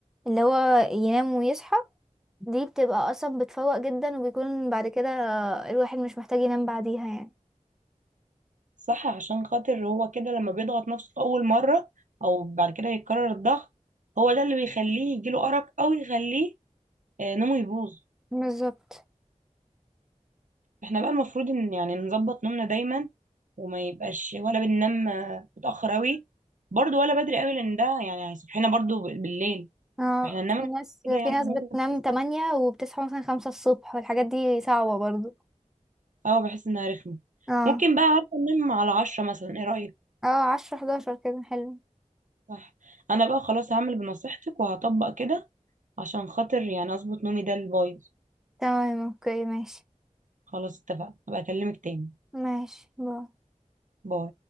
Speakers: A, in the centre; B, on the right.
A: اللي هو ينام ويصحى دي بتبقى أصلا بتفوق جدا وبيكون بعد كده الواحد مش محتاج ينام بعديها يعني
B: صح عشان خاطر هو كده لما بيضغط نفسه في أول مرة أو بعد كده يتكرر الضغط هو ده اللي بيخليه يجيله أرق أو يخليه آه نومه يبوظ
A: بالظبط
B: احنا بقى المفروض ان يعني نظبط نومنا دايما وما يبقاش ولا بننام آه، متأخر قوي برضو ولا بدري قوي لان ده يعني هيصحينا برضو ب- بالليل
A: اه
B: احنا ننام
A: في ناس
B: كده يعني
A: في ناس
B: هنبقى
A: بتنام
B: بس-
A: تمانية وبتصحى مثلا خمسة الصبح والحاجات دي صعبة برضو
B: اه بحس انها رخمة
A: اه
B: ممكن بقى عارفة ننام على عشرة مثلا ايه رأيك
A: اه عشرة حداشر كده حلو
B: صح انا بقى خلاص هعمل بنصيحتك وهطبق كده عشان خاطر يعني اظبط نومي ده البايظ
A: تمام اوكي ماشي
B: خلاص اتفقنا هبقى اكلمك تاني
A: ماشي باي
B: باي